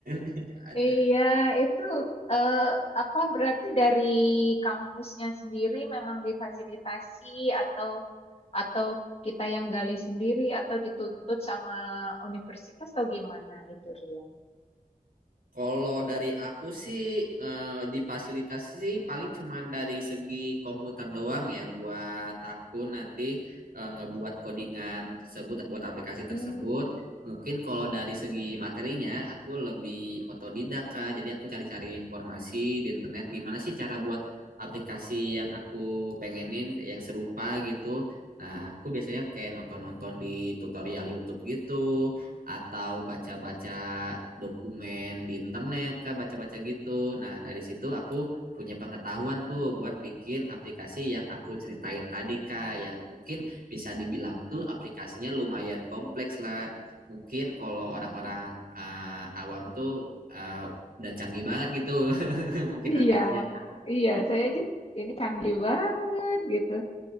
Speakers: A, on the right; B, on the left.
A: <laughs> nggak ada.
B: Iya, itu eh, apa berarti dari kampusnya sendiri memang difasilitasi atau atau kita yang gali sendiri atau dituntut sama universitas atau gimana itu Rian?
A: Kalau dari aku sih eh, di fasilitas sih paling cuman dari segi komputer doang ya buat aku nanti eh, ngebuat codingan tersebut buat aplikasi
B: Hmm,
A: tersebut. Mungkin kalau dari segi materinya aku lebih otodidak Kak. Jadi aku cari-cari informasi di internet gimana sih cara buat aplikasi yang aku pengenin yang serupa gitu. Nah, aku biasanya kayak nonton-nonton di tutorial YouTube gitu atau baca-baca dokumen di internet kah baca-baca gitu. Nah, dari situ aku punya pengetahuan tuh buat bikin aplikasi yang aku ceritain tadi kah yang mungkin bisa dibilang tuh aplikasinya lumayan kompleks lah. Mungkin kalau orang-orang ah, awam tuh ah, udah canggih banget gitu. <laughs> Mungkin
B: iya,
A: anggapnya kan.
B: iya, saya aja ini canggih banget gitu.